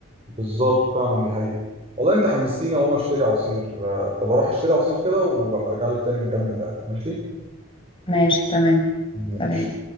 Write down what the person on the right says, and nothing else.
بالظبط فعلا دي حقيقة والله انت حمستيني اهو اشتري عصير آه، طب اروح اشتري عصير كده وابقى ارجع لك تاني نكمل لعب ماشي
ماشي